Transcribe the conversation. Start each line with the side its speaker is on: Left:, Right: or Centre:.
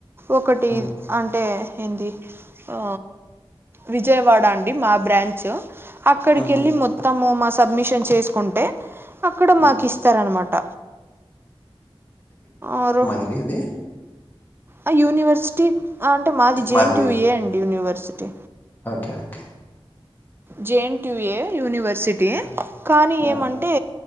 Right: ఒకటి
Left: ఆ!
Right: అంటే ఏంది ఆ విజయవాడ అండి మా బ్రాంచ్ అక్కడికి
Left: ఆహా!
Right: ఎళ్ళి మొ మొత్తము మా సబ్మిషన్ చేసుకుంటే అక్కడ మాకు
Left: ఆ!
Right: ఇస్తారనమాట ఆరు
Left: ఏ అదే
Right: ఆ యూనివర్సిటీ అంటే మాది జేఎన్
Left: మాదిరిగా.
Right: టి యూఏ అండి university
Left: okay okay
Right: J N T A university
Left: ఆ!
Right: కానీ
Left: ఆ!
Right: ఏమంటే